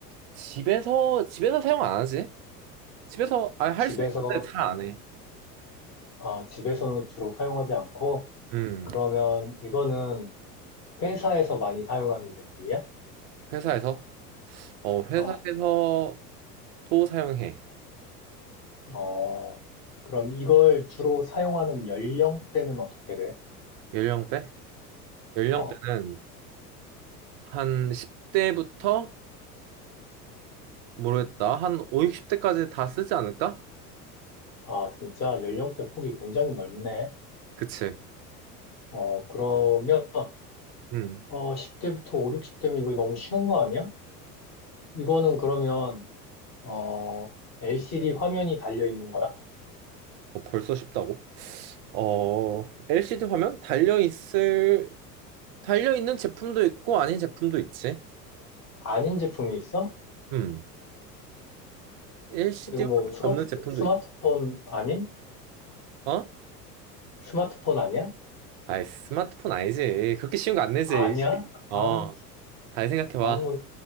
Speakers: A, on the right; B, on the left.
A: 집에서 집에서 사용 안 하지? 집에서 아, 할
B: 집에서
A: 수 있는데 잘 안 해.
B: 아, 집에서는 주로 사용하지 않고,
A: 음,
B: 그러면 이거는 회사에서 많이 사용하는 제품이야?
A: 회사에서 어 회사에서
B: 어,
A: 또 사용해.
B: 어, 그럼 이걸 주로 사용하는 연령대는 어떻게 돼?
A: 연령대? 연령대는
B: 어,
A: 한 10대부터 모르겠다. 한 5, 60대까지 다 쓰지 않을까?
B: 아, 진짜 연령대 폭이 굉장히 넓네.
A: 그치?
B: 어, 그러면,
A: 음.
B: 어, 10대부터 5, 60대면 이거 너무 쉬운 거 아니야? 이거는 그러면, 어, LCD 화면이 달려 있는 거야?
A: 어, 벌써 쉽다고? 어, LCD 화면 달려 있을 달려 있는 제품도 있고 아닌 제품도 있지.
B: 아닌 제품이 있어?
A: 음. LCD
B: 이거
A: 화면
B: 뭐 스마트,
A: 없는 제품도
B: 스마트폰
A: 있.
B: 아닌?
A: 어?
B: 스마트폰 아니야?
A: 아이, 스마트폰 아니지. 그렇게 쉬운 거 안 내지.
B: 아니야? 아,
A: 어,
B: 씨.
A: 잘 생각해봐.
B: 아니,